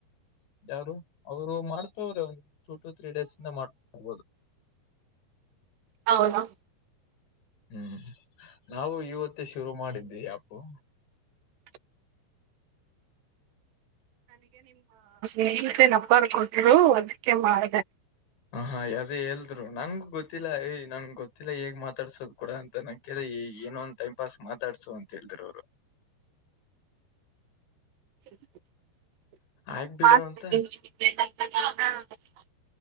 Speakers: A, on the left; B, on the right.
A: ಯಾರು ಅವರು ಮಾಡ್ತ ಹ್ರೆ ಒಂದ ಟೂ ಟು ತ್ರೀ ಡೇಸ್ ಇಂದ ಮಾಡ್ತಾರ್ಬೋದು
B: ಹೌದು
A: ಹ್ಮ್ ನಾವು ಇವತ್ತೇ ಶುರು ಮಾಡಿದ್ದಿ ಅಪ್ಪ್
B: <unintelligible> ನೀತೆ ನಪಾರ ಕೊಟರು ಅದಕ್ಕೆ ಮಾಡ
A: ಹ ಹಾ ಅದೇ ಹೇಳದ್ರು ನನ್ಗು ಗೊತ್ತಿಲ್ಲ ಯ್ ನನ್ ಗೊತ್ತಿಲ್ಲ ಹೇಗ್ ಮಾತಾಡ್ಸೋದ್ ಕೂಡ ಅಂತ ನನ್ ಕೇಳ ಈ ಏನೊಂದಂದು ಟೈಮ್ ಪಾಸ್ ಮಾತಾಡ್ಸು ಅಂತ ಹೇಳದ್ರ ಅವರು
B: <unintelligible> <unintelligible>
A: ಆಗ್ ಬಿಡು ಅಂತ